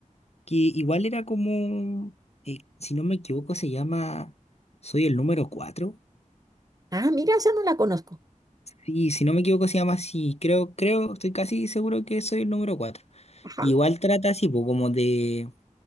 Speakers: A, on the left (about 50°); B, on the right (about 25°).
A: que igual era como, eh, si no me equivoco, se llama Soy el número cuatro.
B: Ah, mira, esa no la conozco.
A: Sí, si no me equivoco, se llama así. Creo, creo, estoy casi seguro que soy el número cuatro.
B: Ajá.
A: Igual trata así, po, como de